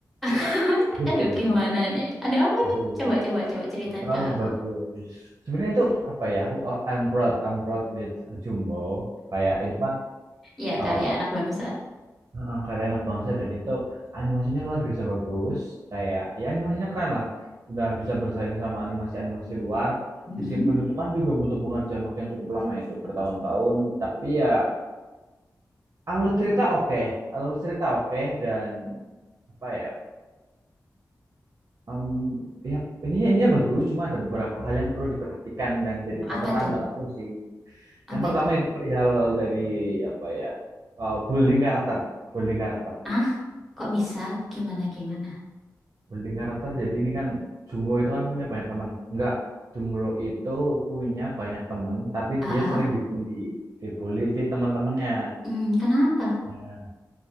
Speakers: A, in the centre; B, on the right (about 50°).
A: <laughs>
B: aduh,
A: Aduh,
B: bagus,
A: gimana
B: bagus.
A: nih? Ada apa
B: Aduh,
A: nih? Coba, coba, coba ceritain
B: terlalu
A: ke aku.
B: bagus. Sebenarnya itu apa ya? Aku uh, I'm proud, I'm proud with Jumbo. Kayak itu kan
A: Ya,
B: uh,
A: karya anak bangsa.
B: uh, karya anak bangsa dan itu animasinya luar biasa bagus. Kayak ya animasinya keren lah. Sudah bisa bersaing sama animasi-animasi luar.
A: Mm-mm.
B: Meskipun itu kan juga butuh pengerjaan waktu yang cukup lama itu bertahun-tahun, tapi ya alur cerita oke alur cerita oke dan apa ya em, ya ini ininya bagus cuma ada beberapa hal yang perlu diperhatikan dan
A: Hmm,
B: jadi catatan
A: Apa tuh?
B: buat aku sih
A: Apa
B: yang pertama
A: itu?
B: itu perihal dari apa ya eh, building karakter building karakter
A: Ah, kok bisa? Gimana, gimana?
B: building karakter jadi ini kan Jumbo itu kan punya banyak teman enggak Jumbo itu punya banyak teman tapi
A: Ah,
B: dia
A: ah?
B: sering dibully dibully di teman-temannya
A: Hmm, kenapa?
B: Nah,